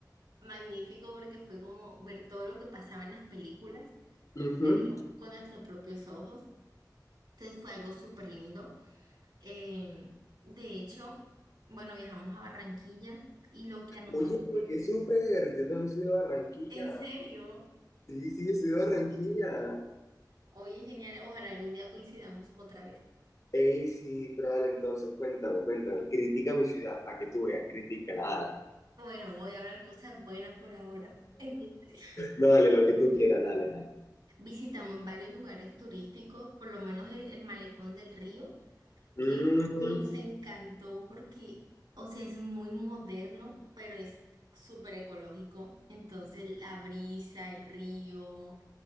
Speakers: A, on the right; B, on the left.
A: magnífico porque fue como ver todo lo que pasaba en las películas,
B: Ujú.
A: verlo con nuestros propios ojos. Entonces fue algo súper lindo. Eh, de hecho, bueno, viajamos a Barranquilla y lo que a nosotros,
B: Oye,
A: pues,
B: qué súper. Yo también soy de Barranquilla.
A: en serio,
B: Sí, sí, yo soy de Barranquilla.
A: oye, genial, ojalá algún día coincidamos otra vez.
B: Ey, sí, pero dale, entonces, cuéntame, cuéntame. Critica mi ciudad, para que tú veas, critícala, dale.
A: Bueno, voy a hablar cosas buenas por ahora. Entonces,
B: No, dale, lo que tú quieras, dale, dale.
A: <laughs> visitamos varios lugares turísticos, por lo menos el, el Malecón del Río,
B: Mm,
A: que nos encantó porque, o sea, es muy moderno, pero es súper ecológico. Entonces, la brisa, el río.